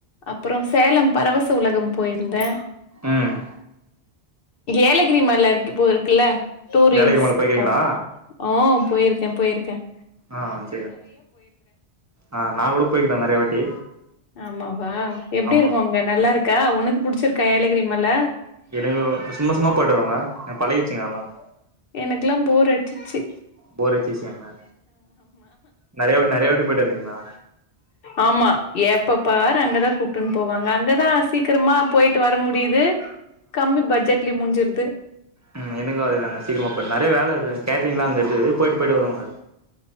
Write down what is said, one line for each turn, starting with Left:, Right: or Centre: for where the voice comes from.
Left: அப்பறோ சேலம் பரவச உலகம் போயிருந்தே
Right: ம்
Left: ஏலகிரி மல இருக்கு இப்போ இருக்குல்ல டூரிஸ்ட்
Right: ஏலகிரி மல போய்க்கிறீங்களா
Left: ஸ்பாட் ஆங் போயிருக்கேன் போயிருக்கேன்
Right: ஆஹ் சேரிங்க ஆஹ் நான் கூட போயிருக்கிறேன் நறைய வாட்டி
Left: ஆமாவா எப்டி
Right: ஆமா
Left: இருக்கும் அங்க நல்லா இருக்கா உனக்கு புடிச்சிருக்கா ஏல கிரி மல
Right: எனக்கு சும்மா சும்மா போயிட்டு வருவேங்க எனக்கு பழகிருச்சுங்க அதெல்லாம்
Left: எனக்குலாம் போர் அடிச்சிச்சி
Right: போர் அடிச்சுச்சுங்களா நறைய நறையா வாட்டி போயிட்டு வந்துட்டீங்களா
Left: ஆமா எப்பப் பாரு அங்கதான் கூப்டுன்னு போவாங்க அங்கதான் சீக்கிரமா போயிட்டு வர முடியுது கம்மி பட்ஜெட்லே முடிஞ்சிருது
Right: உம் எனக்கும் அதேதாங்க சிக்கிரமா போயிடும் நறைய வேல இருக்கு கேட்டரிங்லாம் அங்க இருக்குது போயிட்டு போயிட்டு வருவாங்க